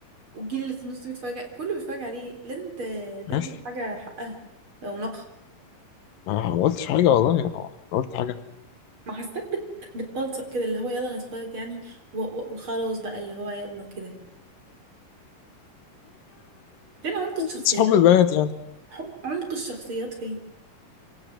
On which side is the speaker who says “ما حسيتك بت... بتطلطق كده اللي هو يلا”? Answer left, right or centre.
Right